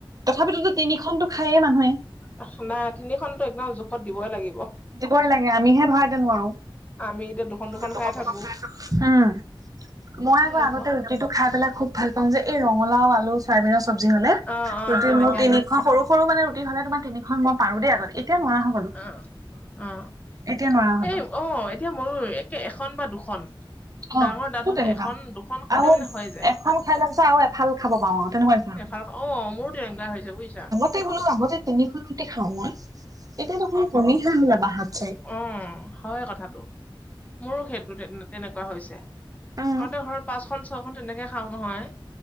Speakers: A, on the right; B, on the left.
A: তথাপিতোটো তিনিখনটো খাইয়ে মানুহে।
B: আহ্‌ সোনা তিনিখনটো একদম জোখত দিবই লাগিব।
A: দিবই লাগে। আমিহে ধৰা এতিয়া নোৱাৰো।
B: আমি এতিয়া দুখন দুখন
A: লোকে পকৰ
B: থাকো।
A: পকৰ খাই থয়। উম। মই
B: হয়
A: আক'
B: আকৌ
A: আগতে ৰুটিটো খাই পেলাই খুব ভাল পাওঁ যে এই ৰঙলাও, আলু, চয়াবিনৰ চব্জি হ'লে।
B: অ অ
A: ৰুটিৰ
B: তেনেকে
A: মোৰ তিনিখ সৰু সৰু মানে ৰুটি হ'লে তোমাৰ তিনিখন মই পাৰো দেই আগতে। এতিয়া মই নোৱাৰা হৈ গ'লো।
B: অঁ, অ
A: এতিয়া নোৱাৰা হলো
B: এই অঁ এতিয়া মোৰো একে এখন বা দুখন।
A: অ
B: ডাঙৰ ডাঠ
A: মোৰ
B: হ'লে
A: তেনেকুৱা
B: এখন দুখন খালেমানে
A: আৰু
B: হৈ যায়।
A: এখন খাই লোৱাৰ পিছত আৰু এফাল খাব পাৰো আৰু তেনেকুৱা নিচিনা
B: এফাল খাওঁ। অ মোৰো তেনেকুৱা হৈছে বুজিছা?
A: থেই বোলো আগতে তিনিখন ৰুটি খাওঁ মই এতিয়া দেখোন কমিহে আহিলে বাঢ়াত চাই।
B: অঁ, হ'য় কথাটো। মোৰো সেইটো তে তেনেকুৱা হৈছে।
A: উম
B: আগতে ঘৰত পাঁচখন ছয়খন তেনেকে খাওঁ নহয়।